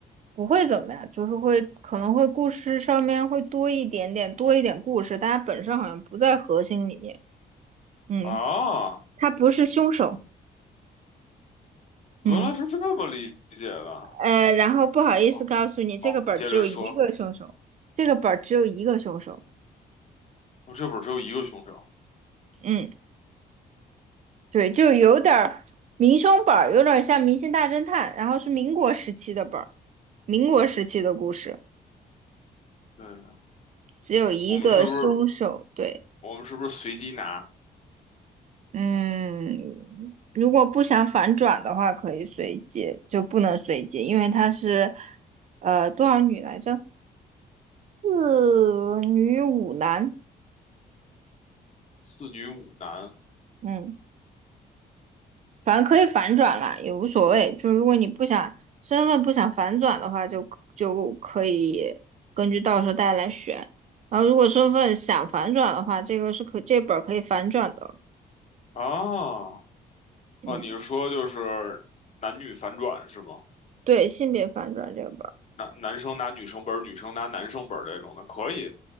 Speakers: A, on the right; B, on the left.
A: 不会怎么样，就是会可能会故事上面会多一点点，多一点故事，但它本身好像不在核心里面，嗯，
B: 啊，
A: 它不是凶手。嗯，
B: 原来是这么理解的。
A: 呃，然后不好意思告诉你，
B: 哦，
A: 这个本儿只有一个凶手，
B: 好，你接着说，
A: 这个本儿只有一个凶手。
B: 我这本只有一个凶手。
A: 嗯，对，就有点儿民凶本儿，有点儿像《明星大侦探》，然后是民国时期的本儿，民国时期的故事，
B: 对。
A: 只有一个凶手。
B: 我们是不是
A: 对，
B: 我们是不是随机拿
A: 嗯，如果不想反转的话，可以随机，就不能随机，因为它是呃多少女来着？四女五男。
B: 四女五男
A: 嗯。反正可以反转啦，也无所谓。就如果你不想身份不想反转的话，就就可以根据到时候大家来选。然后如果身份想反转的话，这个是可这本儿可以反转的。
B: 啊？
A: 嗯，
B: 哦，你是说就是男女反转是吗？
A: 对，性别反转这个本儿，
B: 男男生拿女生本儿，女生拿男生本儿这种的可以。